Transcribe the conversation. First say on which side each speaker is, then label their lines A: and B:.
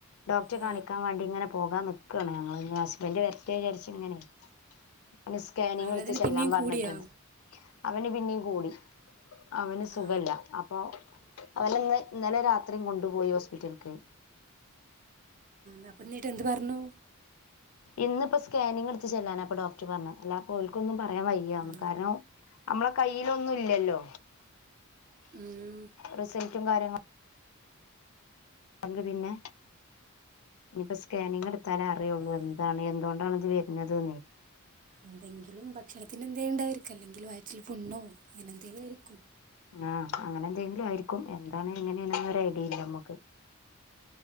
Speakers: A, on the left; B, on the right.
A: ഡോക്ടെ
B: ഏ
A: കാണിക്കാൻ വേണ്ടി ങ്ങനെ പോകാൻ നിക്കുവയാണ് ഞങ്ങള് ഹസ് വണ്ടി വരട്ടെ ചാരിച്ച്ങ്ങനെ അ സ്കാനിങ്
B: വയറുവേദന
A: ടുത്ത് ചെല്ലാം
B: പിന്നെയും
A: പറഞ്ഞിട്ടുണ്ട്
B: കൂടിയോ
A: അവന് പിന്നേ കൂടി അവന് സുഖല്ല
B: ആ
A: അപ്പോ അവനെന്ന് ന്നലെ രാത്രിയും കൊണ്ടുപോയി ഹോസ്പിറ്റലക്ക്
B: ആ അപ്പം നീട്ട എന്ത് പറഞ്ഞു
A: ഇന്നിപ്പ സ്കാനിങ്ങ്ട്ത്ത് ചെല്ലാനാപ്പൊ ഡോക്ടർ പറഞ്ഞ് അല്ലാപ്പോൽക്കൊന്നും പറയാൻ വയ്യന്ന്
B: ആ
A: കാരണം മ്മളെ കയ്യിലൊന്നുംല്ലല്ലോ
B: ഉം
A: റിസൾ റ്റും കാര്യങ്ങൾ <unintelligible> പിന്നെ ഇനിയിപ്പോ സ്കാനിങ് എടുത്താലേ അറിയുള്ളൂ എന്താണ്
B: ആ
A: എന്തൊണ്ടാണ് ഇത് വരുന്നത്ന്ന്‌
B: എന്തെങ്കിലും ഭക്ഷണത്തിന്റെ എന്തേലും ണ്ടായിരിക്കല്ലേ അല്ലെങ്കിൽ വയിറ്റിൽ പുണ്ണും അങ്ങനെന്തെങ്കിലും ആയിരിക്കും
A: ആ അങ്ങനെന്തെങ്കിലും ആയിരിക്കും എന്താണ് എങ്ങനെയാണെന്നൊരൈഡിയില്ല മ്മുക്ക്